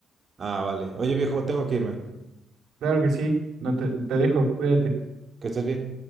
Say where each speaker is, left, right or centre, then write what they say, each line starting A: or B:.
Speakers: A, on the right; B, on the right.
A: ah, vale. Oye, viejo, tengo que irme.
B: Claro que sí, no te, te dejo, cuídate.
A: Que estés bien.